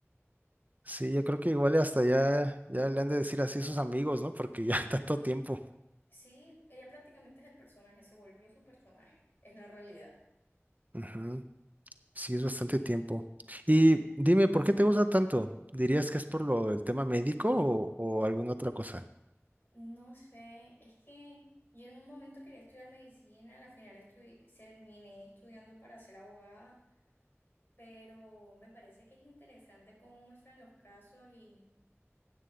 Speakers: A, on the right; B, on the left.
A: Sí, yo creo que igual y hasta ya, ya le han de decir así a sus amigos, ¿no? Porque ya <laughs> tanto tiempo.
B: Sí, ella prácticamente es el personaje, se volvió su personaje, es la realidad.
A: Ujú, Sí, es bastante tiempo. Y dime, ¿por qué te gusta tanto? ¿Dirías que es por lo, del tema médico o, o alguna otra cosa?
B: No sé, es que yo en un momento quería estudiar medicina, al final estudi- terminé estudiando para ser abogada, pero me parece que es interesante cómo muestran los casos y